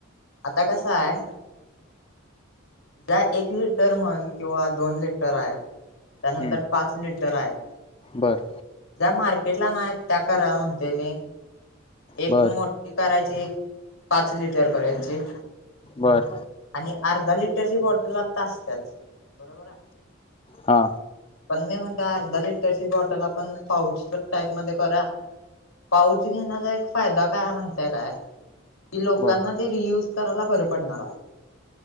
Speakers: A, on the left; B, on the left.
A: आता कसं हाय. ज्या एक लिटर म्हण किंवा दोन लिटर आहेत त्यानंतर
B: हम्म
A: पाच लिटर आहेत
B: बर
A: ज्या मार्के कटला ना त्या कराव म्हणतोय मी एक
B: बर
A: मोठी करायची ती एक पाच लिटर पर्यंतची
B: बर
A: आणि अर्धा लिट रची बॉटल लाता असतात बरोबर आहे
B: हा
A: पण नाही म्हणत अर्धा लिटरची बॉटल आपण पाऊच टाईप मध्ये करा पाऊच घेण्याचा एक फायदा काय माहिित आहे काय कि लोकां
B: बर
A: ते रियूज करायला बर पडणारा आहे